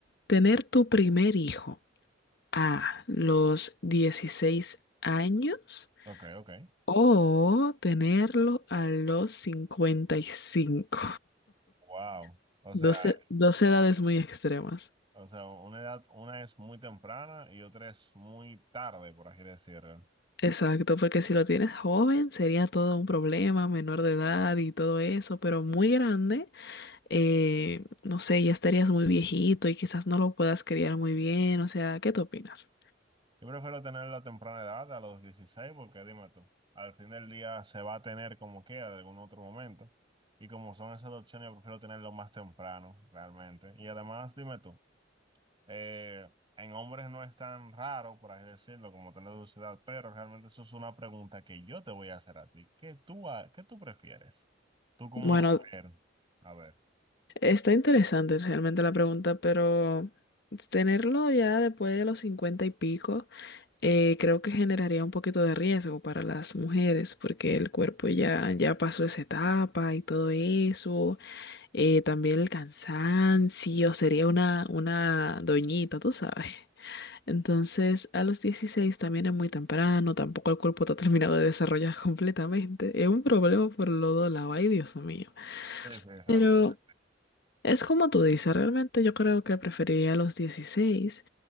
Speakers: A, on the left; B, on the right.
A: ¿Tener tu primer hijo a los 16 años
B: Ok, ok.
A: o tenerlo a los 55?
B: Wow.
A: <laughs>
B: O sea,
A: Dos, e- dos edades muy extremas.
B: O sea, una edad, una es muy temprana y otra es muy tarde, por así decirlo.
A: Exacto, porque si lo tienes joven sería todo un problema, menor de edad y todo eso, pero muy grande, eh, no sé, ya estarías muy viejito y quizás no lo puedas criar muy bien, o sea, ¿qué tú opinas?
B: Yo prefiero tener la temprana edad a los 16 porque dime tú, al fin del día se va a tener como queda de algún otro momento. Y como son esas dos opciones, yo prefiero tenerlo más temprano, realmente. Y además, dime tú, eh, en hombres no es tan raro, por así decirlo, como tener su edad, pero realmente eso es una pregunta que yo te voy a hacer a ti. ¿Qué tú, ha- qué tú prefieres? Tú como
A: Bueno,
B: mujer, a ver.
A: está interesante realmente la pregunta, pero tenerlo ya después de los cincuenta y pico, eh, creo que generaría un poquito de riesgo para las mujeres, porque el cuerpo ya, ya pasó esa etapa y todo eso Eh, también el cansancio, sería una, una doñita, tú sabes. Entonces, a los 16 también es muy temprano, tampoco el cuerpo está terminado de desarrollar <laughs> completamente. Es un problema por los dos lados, ay Dios mío.
B: Sí, sí, realmente.
A: Pero es como tú dices, realmente yo creo que preferiría los 16